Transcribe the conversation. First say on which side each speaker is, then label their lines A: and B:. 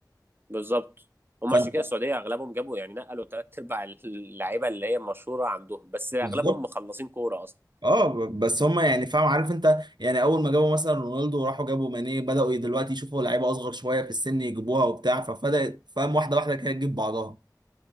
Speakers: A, on the right (about 30°); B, on the right (about 80°).
A: بالظبط هم
B: فانت
A: عشان كده السعوديه اغلبهم جابوا يعني نقلوا ثلاث ارباع اللعيبه اللي هي مشهوره عندهم بس اغلبهم
B: بالظبط
A: مخلصين كوره اصلا
B: اه ب- بس هما يعني فاهم عارف انت يعني اول ما جابوا مثلا رونالدو وراحوا جابوا ماني بدأوا دلوقتي يشوفوا لعيبة اصغر شوية في السن يجيبوها وبتاع فبدأت فاهم واحدة واحدة كده تجيب بعضها